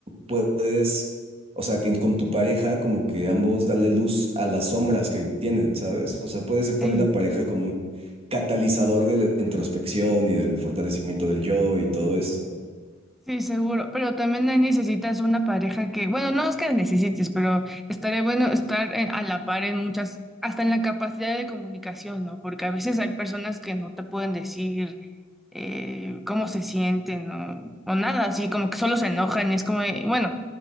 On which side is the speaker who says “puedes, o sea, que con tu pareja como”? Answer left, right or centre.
Right